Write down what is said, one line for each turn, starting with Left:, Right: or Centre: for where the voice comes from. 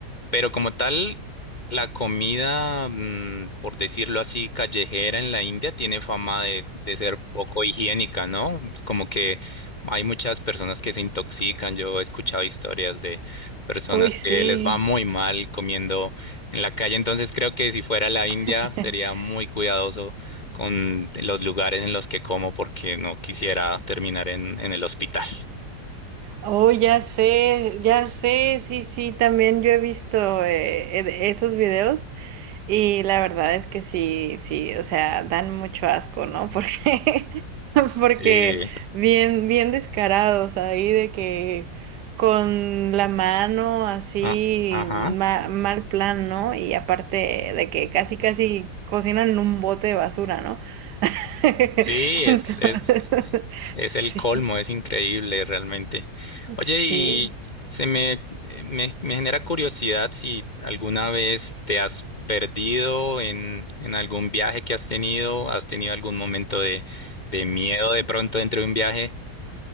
Left: Pero como tal, la comida, mm, por decirlo así, callejera en la India tiene fama de, de ser poco higiénica, ¿no? Como que hay muchas personas que se intoxican. Yo he escuchado historias de personas
Right: Uy, sí.
Left: que les va muy mal comiendo en la calle. Entonces creo que si fuera la India
Right: <laughs>
Left: sería muy cuidadoso con los lugares en los que como porque no quisiera terminar en, en el hospital.
Right: Oh, ya sé, ya sé, sí, sí. Sí, también yo he visto eh, e- esos videos Y la verdad es que sí, sí, o sea, dan mucho asco, ¿no? Porque, <laughs> porque
Left: Sí.
Right: bien, bien descarados ahí de que con la mano así,
Left: Ah, ajá.
Right: ma- mal plan, ¿no? Y aparte de que casi, casi cocinan en un bote de basura, ¿no? <laughs>
Left: Sí, es,
Right: Entonces,
Left: es, Es
Right: <laughs> sí,
Left: el colmo, es increíble realmente. Oye,
Right: sí.
Left: y se me, eh, me, me genera curiosidad si alguna vez te has perdido en, en algún viaje que has tenido, has tenido algún momento de, de miedo de pronto dentro de un viaje.